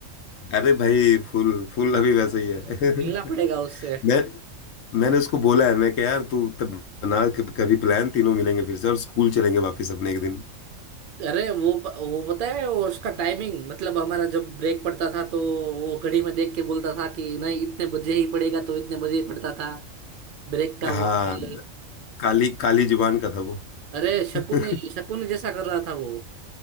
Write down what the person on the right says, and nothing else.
मिलना
पड़ेगा उससे
अरे वो प- वो पता है वो उसका टाइमिंग मतलब हमारा जब ब्रेक पड़ता था तो वो घड़ी में देख के बोलता था कि नहीं इतने बजे ही पड़ेगा तो इतने बजे ही पड़ता था ब्रेक का वो
बिल।
अरे शकुनी
शकुनी जैसा कर रहा था वो